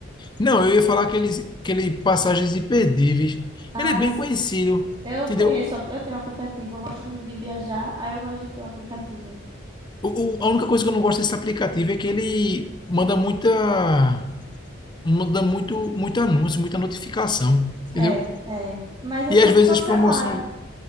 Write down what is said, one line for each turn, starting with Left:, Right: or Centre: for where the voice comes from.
Left: Não, eu ia falar aqueles, aquele Passagens Imperdíveis.
Right: Ah,
Left: Ele é bem
Right: sim.
Left: conhecido,
Right: Eu
Left: entendeu?
Right: conheço, o apl- eu tenho um aplicativo, eu gosto muito de viajar, aí eu gosto de ter o aplicativo.
Left: O- o- a única coisa que eu não gosto desse aplicativo é que ele manda muita, manda muito, muito anúncio, muita notificação, entendeu?
Right: É, é. Mas é
Left: E
Right: só
Left: às
Right: tu
Left: vezes
Right: cancelar.
Left: as promoções,